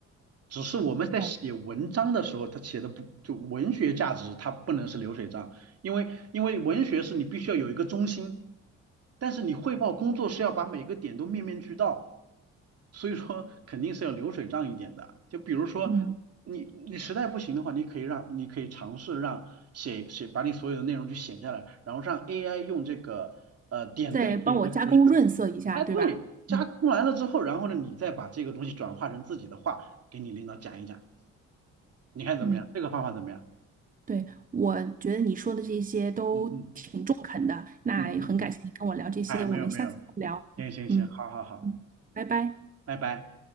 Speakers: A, on the right; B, on the right.
A: 只是我们在写文章的时候，
B: 哦，
A: 它写的不就文学价值，它不能是流水账，因为因为文学是你必须要有一个中心，但是你汇报工作是要把每个点都面面俱到，所以说 <laughs> 肯定是要流水账一点的。就比如说你你实在不行的话，
B: 嗯，
A: 你可以让你可以尝试让写写把你所有的内容去写下来，然后让 AI 用这个呃点对点的格式
B: 再帮我加工润色一下，
A: 哎，
B: 对吧？
A: 对，加工完了之后，
B: 嗯
A: 然后呢，你再把这个东西转化成自己的话，给你领导讲一讲，你看怎么样？
B: 嗯，
A: 这个方法怎么样？
B: 对，我觉得你说的这些都挺中肯的，
A: 嗯嗯
B: 那也很感谢你跟我聊这些，
A: 嗯嗯，哎，没有没有，
B: 我们下次再聊。
A: 行行行，
B: 嗯嗯，
A: 好好好，
B: 拜拜。
A: 拜拜。